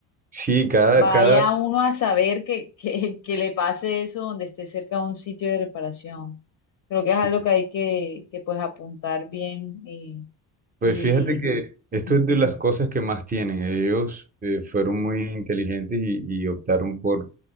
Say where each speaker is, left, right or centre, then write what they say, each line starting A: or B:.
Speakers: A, on the right; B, on the left.
A: Sí, cada,
B: Vaya
A: cada,
B: uno a saber que, que, que le pase eso donde esté cerca de un sitio de reparación. Creo que
A: Sí.
B: es algo que hay que, que pues apuntar bien y,
A: Pues
B: y
A: fíjate que esto
B: ujú.
A: es de las cosas que más tienen. Ellos eh, fueron muy inteligentes y, y optaron por,